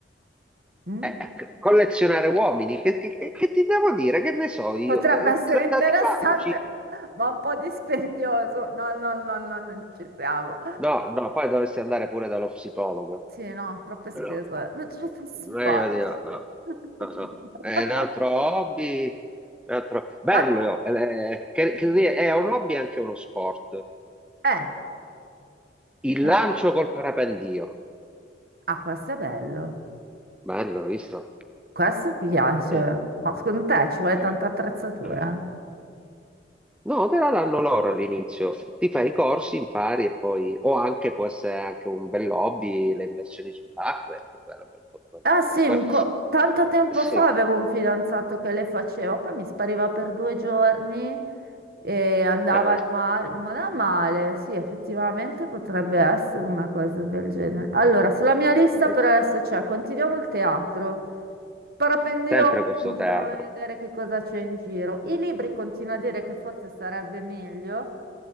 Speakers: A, on the right; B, in the centre.
A: Mm?
B: Eh, ecco, collezionare uomini, che, che- che- che ti devo dire? Che ne so io?
A: Potrebbe
B: Eh,
A: essere interessante,
B: dati 4,
A: ma un po' dispendioso. No, no, no, no, non ci siamo.
B: No, no, poi dovresti andare pure dallo psicologo.
A: Sì, no, troppe spese,
B: Però,
A: non ce la posso
B: meglio
A: fare.
B: di no, no,
A: <laughs>
B: no, no. È un altro hobby, un altro- bello,
A: Ma,
B: no? Eh, che- che è un hobby e anche uno sport.
A: eh,
B: Il
A: un-
B: lancio col parapendio,
A: ah, questo è bello,
B: bello, hai visto?
A: questo mi piace.
B: Eh.
A: Ma secondo te ci vuole tanta
B: Eh.
A: attrezzatura?
B: No, te la danno loro all'inizio. Ti fai i corsi, impari e poi, o anche può essere anche un bel hobby, le immersioni subacquee, bello, bello, bello
A: Ah sì,
B: pure quello.
A: un co- tanto tempo
B: Sì,
A: fa avevo un fidanzato che le faceva, poi mi spariva per due giorni e andava
B: eh,
A: al mare, non è male, sì, effettivamente potrebbe essere una cosa del genere. Allora, sulla mia lista
B: eh,
A: per adesso c'è, continuiamo il teatro, parapendio,
B: sempre questo
A: mm,
B: teatro,
A: provo a vedere che cosa c'è in giro. I libri continuo a dire che forse sarebbe meglio,